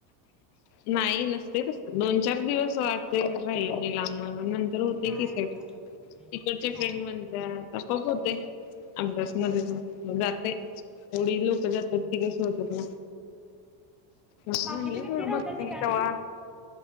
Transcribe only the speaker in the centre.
नाही
गं.
नाही
बाकीचे किती
राहतात
ते काय
माहित